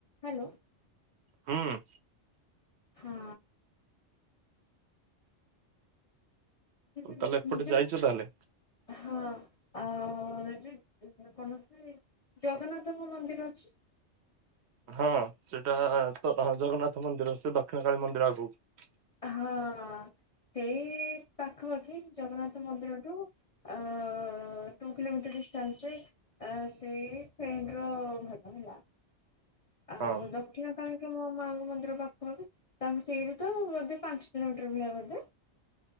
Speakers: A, on the left; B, on the right.
A: ହାଲୋ।
B: ହୁଁ।
A: ହୁଁ। ଯିବିନି
B: ତାହେଲେ ଏପଟେ
A: ନିଜକୁ
B: ଯାଇଛ ତାହେଲେ
A: ହଁ। ଆଉ ଯୋଉ ଉ କୌଣସି ଜଗନ୍ନାଥଙ୍କ ମନ୍ଦିର ଅଛି?
B: ହଁ ସେଇଟା ତ ହଁ ଜଗନ୍ନାଥ ମନ୍ଦିର ସେ ଦକ୍ଷିଣ କଳୀ ମନ୍ଦିର ଆଗକୁ।
A: ହଁ ସେଇ ପାଖପାଖି ଜଗନ୍ନାଥ ମନ୍ଦିରଠୁ। ଆ। ଆ ଟୁ କିଲୋମିଟର ଡିଷ୍ଟାନ୍ସ ରେ ଆ ସେ ଫ୍ରେଣ୍ଡ ର ଘର ହେଲା। ଆଉ
B: ହଁ
A: ଦକ୍ଷିଣ କାଳୀ ଙ୍କ ମୋ ମା ମନ୍ଦିର ପାଖ ପାଖି ତାଙ୍କ ସେଇଠୁ ତ ବୋଧେ ପାଞ୍ଚ କିଲୋମିଟର ଭଳିଆ ବୋଧେ।